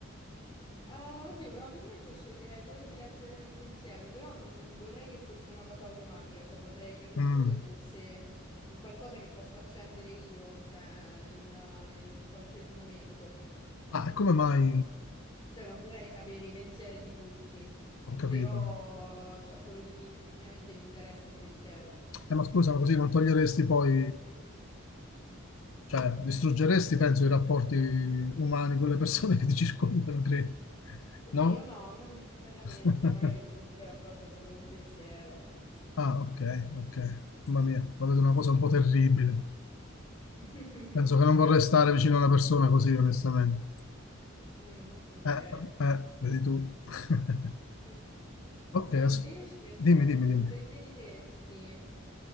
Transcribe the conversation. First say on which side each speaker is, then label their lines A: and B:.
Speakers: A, on the left (about 25°); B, on the left (about 80°).
A: Ah, oddio, probabilmente sceglierei quello di leggere nel pensiero, però non vorrei che fosse una cosa automatica, cioè vorrei per lo
B: Mm.
A: più che fosse un qualcosa che posso accendere io, cioè in, eh, in qualsiasi momento.
B: Ah, e come mai?
A: Cioè non vorrei sapere i pensieri di tutti,
B: Ho capito.
A: però cioè, solo di chi effettivamente mi interessa il pensiero.
B: Eh, ma scusa, ma così non toglieresti poi Cioè, distruggeresti, penso, i rapporti umani con le persone che ti circondano, credo.
A: Oddio,
B: No?
A: no, non necessariamente,
B: <laughs>
A: magari un pensiero a volte è solo un pensiero.
B: Ah, ok, ok. Mamma mia, la vedo una cosa un
A: Mm.
B: po' terribile.
A: <laughs>
B: Penso che non vorrei stare vicino a una persona così, onestamente.
A: Mm, ok.
B: Eh, eh, vedi tu. <laughs>
A: Mm.
B: Ok,
A: E
B: as-
A: invece,
B: dimmi,
A: ehm,
B: dimmi, dimmi.
A: preferiresti,